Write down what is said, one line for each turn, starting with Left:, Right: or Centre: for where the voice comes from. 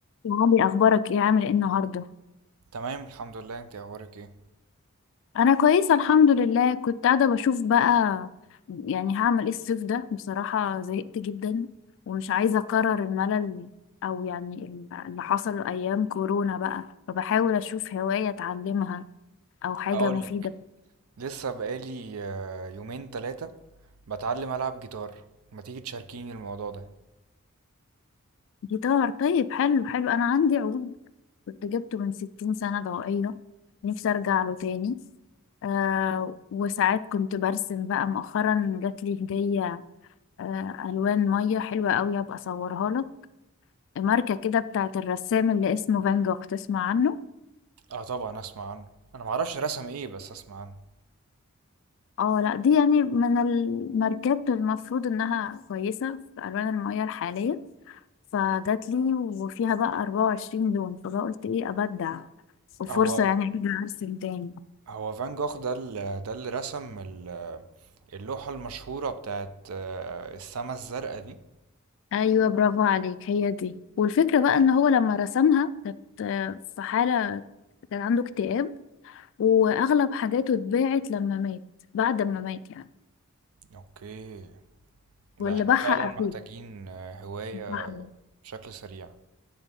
Left: يا علي اخبارك ايه عامل ايه النهارده
Right: تمام الحمد لله انت اخبارك ايه
Left: انا كويسه الحمد لله كنت قاعده بشوف بقى يعني هعمل ايه الصيف ده بصراحه زهقت جدا ومش عايزه اكرر الملل او يعني اللي حصل ايام كورونا بقى فبحاول اشوف هوايه اتعلمها او حاجه
Right: هقول
Left: مفيده
Right: لك لسه بقالي آه، يومين تلاتة بتعلم العب جيتار ما تيجي تشاركيني الموضوع ده
Left: جيتار طيب حلو حلو انا عندي عود كنت جبته من 60 سنه ضوئيه نفسي ارجع له تاني آه وساعات كنت برسم بقى مؤخرا جات لي هديه آه، الوان ميه حلوه قوي هبقى اصورها لك ماركه كده بتاعت الرسام اللي اسمه فان جوخ تسمع عنه
Right: اه طبعا اسمع عنه انا معرفش رسم ايه بس اسمع عنه
Left: اه لا دي يعني من الماركات المفروض انها كويسه في الوان الميه الحاليه فجات لي وفيها بقى 24 لون فبقى قلت ايه ابدع وفرصه
Right: هو
Left: يعني ارجع ارسم تاني
Right: هو فان جوخ ده ال- ده اللي رسم ال- اللوحة المشهورة بتاعت آه، السما الزرقاء دي
Left: ايوه برافو عليك هي دي والفكره بقى ان هو لما رسمها كانت آه، في حاله كان عنده اكتئاب واغلب حاجاته اتباعت لما مات بعد ما مات يعني
Right: اوكي لا
Left: ولا
Right: احنا
Left: بحق
Right: فعلا
Left: اخوه
Right: محتاجين آه، هواية
Left: بحقه.
Right: بشكل سريع